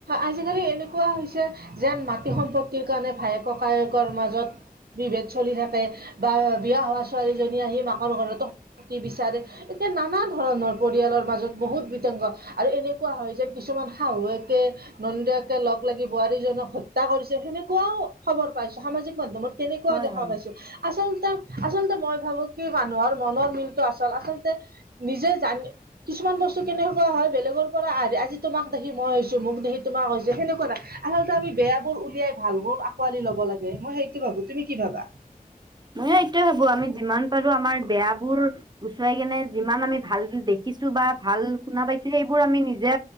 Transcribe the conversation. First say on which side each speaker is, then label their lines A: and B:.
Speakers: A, on the right (about 85°); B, on the right (about 30°).
A: আজিকালি এনেকুৱা হৈছে যেন মাটি সম্পত্তিৰ কাৰণে ভায়েক কায়েকৰ মাজত - বিভেদ চলি থাকে বা বিয়া হোৱা ছোৱালীজনী আহি মাকৰ ঘৰতো কি বিচাৰে এতিয়া নানা ধৰণৰ পৰিয়ালৰ মাজত বহুত বিতংগ। আৰু এনেকুৱা হঁয়, যেন কিছুমান শাহুৱকে? নন্দিয়াকে লগ লাগি বোৱাৰীজনক হত্যা কৰিছে, সেনেকুৱাও খবৰ পাইছে সামাজিক মাধ্যমত। তেনেকুৱা
B: হয়
A: দেখা
B: হয়
A: পাইছোঁ, আচলতা? আচল্ততে মই ভাবো কি মানুহৰ মনৰ মিলটো আচল, আচলতে - নিজে জানি কিছুমান বস্তু কেনেকুৱা হয়! বেলেগৰ পৰা আহি আজি তোমাক দেখি মই হৈছো মোক দেখি তোমাক হৈছো, সেকুৱা নাই আলতে আমি বেয়া বোৰ উলিয়াই- ভাল বোৰ আঁকোৱালি ল'ব লাগে। মই সেইটো ভাবো তুমি কি ভাবা?
B: মই এইটোয়ে ভাবো, আমি যিমান পাৰো আমাৰ বেয়াবোৰ- গুচৰাাই কেনে যিমান আমি ভাল দেখিছো বা ভাল শুনা পাইছো, সেইবোৰ আমি নিজে।